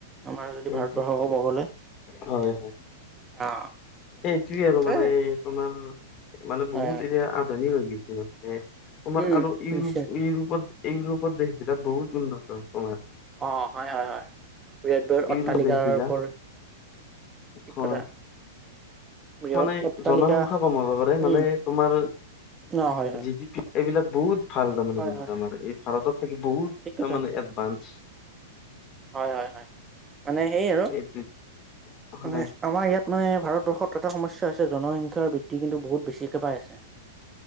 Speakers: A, on the right; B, on the left.
A: আমাৰ যদি
B: সেইটোৱে
A: ভাৰতবৰ্ষ কব গলে
B: হয়
A: অ
B: সেইটোয়ে
A: সেইটোৱে
B: আৰু মানে তোমাৰ মানে বহুত
A: হয় হয়
B: এতিয়া আদানী হৈ গৈছে মে তোমাৰ
A: উম
B: আৰু ইউৰোপ
A: নিশ্চয়
B: -ইউৰোপত -ইউৰোপত দেশবিলাক বহুত উন্নত তোমাৰ।
A: অ হয় হয় হয়। বৃহৎ তৰ
B: ইউৰোপ
A: অট্টালিকাৰৰ
B: দেশ বিলাক
A: ওপৰি ঠিক
B: হয়
A: কথা। বৃহৎ
B: মানে
A: অট্টালিকা
B: জনসংখ্যা কম হ'ব পাৰে মানে
A: উম
B: তোমাৰ
A: ন হয় হয়
B: যি এইবিলাক বহুত ভাল তাৰমানে
A: হয়
B: ত
A: হয়
B: আমাৰ এই ভাৰতত থাকি বহুত
A: ঠিক কথা
B: তাৰমানে এডভান্স।
A: হয় হয় হয়, মানে সেই আৰু
B: এইটো হয়
A: মানে আমাৰ ইয়াত মানে ভাৰত ভাৰতবৰ্ষত এটা সমস্যা হৈছে জনসংখ্যাৰ বৃদ্ধি কিন্তু বহুত বেছিকে পাই আছে।